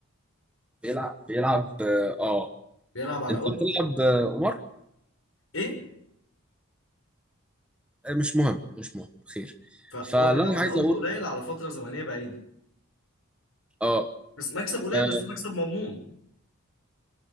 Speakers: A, in the centre; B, on the left (about 75°).
A: بيلعب بيلعب اه آه.
B: بيلعب على
A: انت
B: قد
A: بتلعب آه، قمار
B: ايه
A: آه، مش مهم مش مهم خير
B: فهو
A: فاللي
B: بيلعب
A: انا
B: على
A: عايز
B: قد
A: اقول
B: قليل على فترة زمنية بعيدة
A: اه
B: بس مكسب قليل
A: آه،
B: بس مكسب مضمون